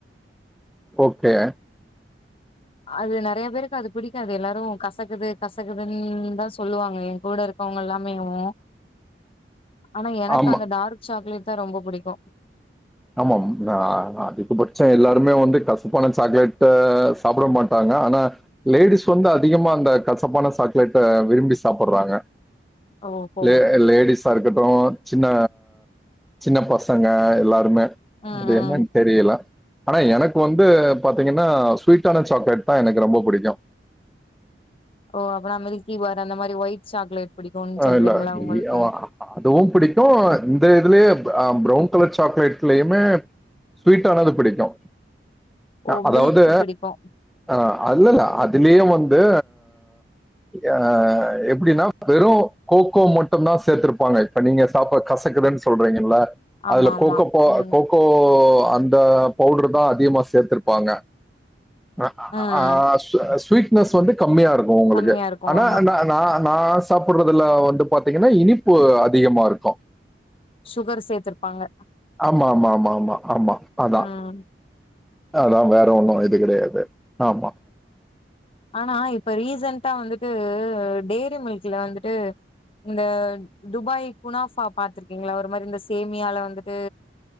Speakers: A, in the centre; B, on the left.
A: ஓகே
B: அது நெறைய பேருக்கு அது பிடிக்காது எல்லாரு கசக்குது கசக்குதுன்னுதா சொல்லுவாங்க எங் கூடருக் கவுங்கல்லாமேவு ஆனா எனக்கு
A: ஆமா
B: அந்த டார்க் சாக்லேட்தா ரொம்ப புடிக்கு
A: ஆமாம் அ அதுக்குபட்ச எல்லாருமே வந்து கசப்பான சாக்லேட்ட சாப்ட மாட்டாங் க ஆனா லேடிஸ் வந்து அதிகமா அந்த கசப்பான சாக்லேட்ட விரும்பி சாப்பர்றாங்க
B: ஓஹோ
A: லே லேடிஸாருக்கட்டு சின்ன சின்ன பசங்க எல்லாருமே
B: ம்
A: அது
B: ம்
A: என்னன் தெரில ஆனா எனக்கு வந்து பாத்தீங்கன்னா ஸ்வீட்டான சாக்லேட்தா எனக்கு ரொம்ப புடிக்கு
B: ஓ அப்பனா மில்கிபார் அந்த மாரி வொய்ட் சாக்லேட் பிடிக்கும்னு
A: அ
B: சொல்றீங்களா
A: இல்ல இ
B: உங்களுக்கு
A: அ அதுவு பிடிக்கு இந்த இதுலியே அ ப்ரவுன் கலர் சாக்லேட்லியுமே ஸ்வீட்டானது பிடிக்கு
B: ஓ
A: அதாவது
B: மில்க் பிடிக்கு
A: ஆ அல்லல்ல அதுலியே வந் து அ எப்டினா வெறு கோக்கோ மட்டுந்தா சேர்த்திருப்பாங்க இப்ப நீங்க சாப்ப கசக்குதுன் சொல்றீங்கல்ல
B: ஆமா
A: அதுல
B: ஆமா
A: கொக்கோப்போ
B: ம்
A: கொக்கோ அந்த பவுடுர்தா அதிகமா சேத்திருப்பாங்க அ
B: ம்
A: அ ஆ ஸ் ஸ்வீட்நஸ் வந்து கம்மியா இருக்கும உங்களுக்கு
B: கம்மியா இருக்கு
A: ஆனா
B: ஆமா
A: ந ந நா சாப்பிடு்றதுல வந்து பாத்தீங்கன்னா இனிப்பு அதிகமா இருக்கு
B: <inaudible> சேத்திருப்பாங்க
A: ஆமா ஆமா ஆமா ஆமா ஆமா அதா
B: ம்
A: அதா வேற ஒண்ணும் இது கிடையாது ஆமா
B: ஆனா இப்ப ரீசன்டா வந்துட்டு டெய்ரி மில்க்ல வந்துட்டு இந்த துபாய் குனாபா பாத்துருக்கீங்களா ஒரு மாதிரி இந்த சேமியால வந்துட்டு